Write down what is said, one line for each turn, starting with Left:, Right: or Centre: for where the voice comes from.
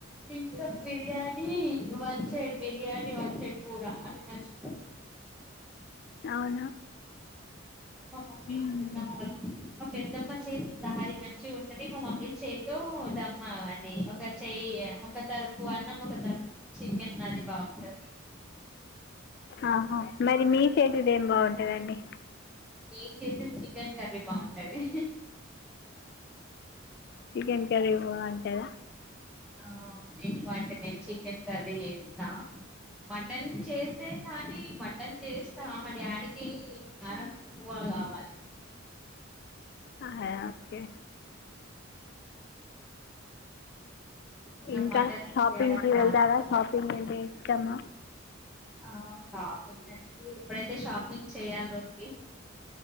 Centre: ఇంకా biryani one side biryani one side కూడా అది నచ్చుతది
Left: అవునా
Centre: మా మొమ్మి
Left: మ్మ్.
Centre: పెద్దమ్మ వాళ్ళ ఇన్ మా పెద్దమ్మ చేతి దహార మంచి ఉంటది మా మమ్మీ చేతో ద మామది ఒక చెయ్యి ఒక తరపు అన్నం ఒక తరపు చికెన్ అది బాగుంటది
Left: అహ మరి మీ చేతిది ఏం బాగుంటదండి
Centre: నేను చేసిన చికెన్ కర్రీ బాగుంటది
Left: చికెన్ కర్రీ బాగుంటదా
Centre: ఆ ఎక్కువ అంటే నేను చికెన్ కర్రీ చేస్తా మటన్ చేస్తే కానీ మ టన్ చేస్తా మా డ్యాడికి కి ఆరంకువ కావాలి
Left: అహ ఓకే
Centre: ఇక
Left: ఇంకా
Centre: మటన్
Left: షాపింగ్
Centre: చేయడం
Left: కి
Centre: రాదు
Left: వెళ్తావా షాపింగ్ అంటే ఇష్టమా
Centre: ఆ షాపింగ్ అండి ఇప్పుడైతే షాపింగ్ చేయలోంది